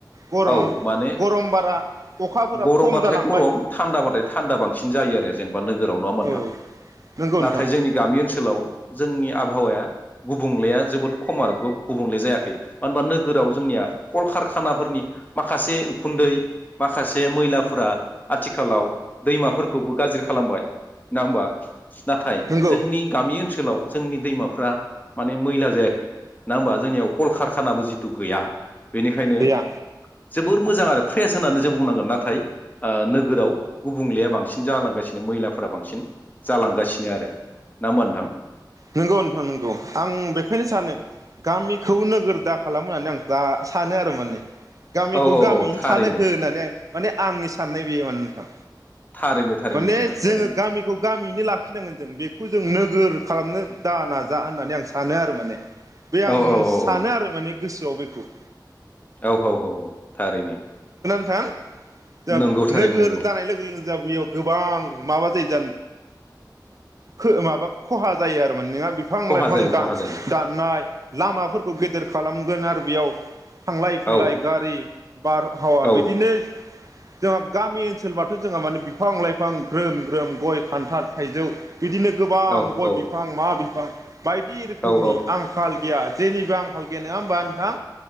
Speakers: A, on the right; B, on the left.
A: गरम
B: औ माने
A: गरम बारा अखाफोरा
B: गरमबाथाय
A: खम जालांबाय
B: गरम थान्दाबाथाय थान्दा बांसिन जायो आरो जेनेबा नोगोराव नङा होमबा नोंथां
A: औ नंगौ नोंथां
B: नाथाय जोंनि गामि ओनसोलाव जोंनि आ आबहावाया गुबुंलेया जोबोद खम आरो गु गुबुंले जायाखै मानो होनबा नोगोराव जोंनिया कलकारखानाफोरनि माखासे उखुन्दै माखासे मैलाफोरा आथिखालाव दैमाफोरखौबो गाज्रि खालामबाय ना होमबा नाथाय
A: नंगौ
B: जोंनि गामि ओनसोलाव जोंनि दैमाफ्रा माने मैला जायाखै ना होमबा जोंनियाव कलकारखानाबो जिथु गैया बेनिखायनो
A: गैया
B: जोबोर मोजां आरो फ्रेस होन्नानै जों बुंनांगोन नाथाय नोगोराव गुबुंलेया बांसिन जालांगासिनो मैलाफोरा बांसिन जालांगासिनो आरो ना होमबा नोंथां
A: नोंगौ नोंथां नोंगौ आं बेखायनो सानो गामिखौ नोगोर दा खालाम होननानै आं दा सानो आरो माने गामिखौ
B: औ औ
A: गामियैनो
B: औ थारैनो
A: थानो हो होननानै आं माने आंनि साननाय बेयो मान नोंथां
B: थारैनो थारैनो
A: माने
B: नोंथां
A: जोङो
B: थारैनो
A: गामिखौ गामियैनो लाखिनांगोन जों बेखौ जों नोगोर खालामनो दा नाजा होननानै आं सानो आरो माने बे आं
B: औ औ औ
A: सानो आरो माने गोसोआव बेखौ-
B: औ हौ हौ हौ थारैनो
A: थां जा
B: नंगौ थारैनो
A: नोगोर
B: नंगौ
A: जानाय लोगो लोगो दा बेयाव गोबां माबा जायो जा खो माबा खहा जायो आरोमा नोङा बिफां
B: खहा
A: लाइफां
B: जायो
A: दानस
B: खहा जायो
A: दाननाय। लामाफोरखौ गेदेर खालामगोन आरो बेयाव थांलाय फैलाय
B: औ
A: गारि बारहावा
B: औ
A: बिदिनो जोंहा गामि ओनसोलबाथ' जोंहा माने बिफां लाइफां ग्रोम ग्रोम गय खान्थाल थाइजौ बिदिनो गोबां
B: औ
A: गय
B: औ
A: बिफां मा बिफां बायदि रोखोमनि
B: औ
A: आंखाल गिया जेनिबो आंखाल गैया नङा होमबा नोंथां?